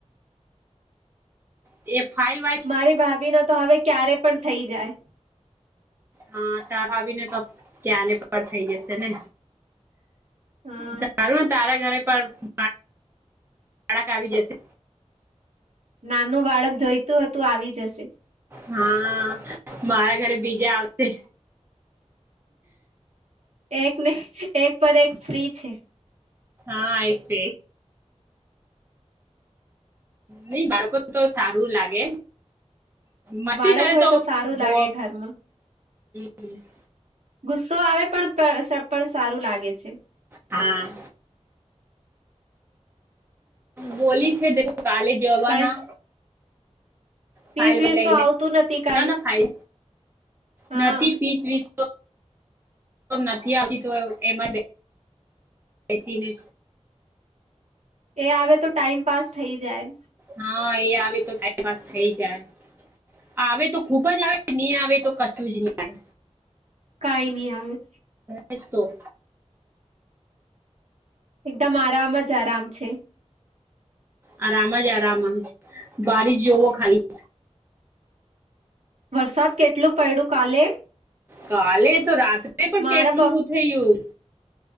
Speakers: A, on the right; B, on the right.
A: એ ફાઇલ વા
B: મારી ભાભી ન તો હવે ક્યારે પણ થઈ જાય
A: હા તાર આવીને તો ક્યાંને પર થઇ જશે ને
B: હા
A: તારું ને તારા ઘરે પણ બાળક આવી જશે
B: નાનું બાળક જોઈતું હતું આવી જશે
A: હા મારા ઘરે બીજા આવશે
B: એક ને એક પર એક ફ્રી છે
A: હા આઈત નઈ બાળકો તો સારું લાગે મસ્તી
B: બાળક
A: કરે
B: હોય
A: તો
B: સારું
A: બહ
B: લાગે ઘરમાં
A: <unintelligible>
B: ગુસ્સો આવે પણ પણ સારું લાગે છે
A: હમ બોલી છે કાલે જવાના
B: કઈ
A: ફાઇલ
B: વીસ વીસ
A: લઈને
B: તો આવતું નથી કઈ
A: ફાઇલ
B: હા
A: નથી પીસ વીસ નથી આવતી તો એમાં બેસીને
B: એ આવે તો ટાઈઇમ પાસ થઈ જાય
A: હા એ આવે તો ટાઈમપાસ થઇ જાય આવે તો ખુબ જ આવે નહી આવે તો કશું જ નહી આવે
B: કઈ નહી આવેાલ
A: હ જ તોું
B: એકદમ આરામ જ આરામ છે
A: આરામ જ આરામ બારિશ જોવો ખાલી
B: વરસાદ કેટલું પડડું કાલે.
A: કાલે તો રાત્રે પણ
B: મારા
A: કેટલું
B: પ
A: થયું.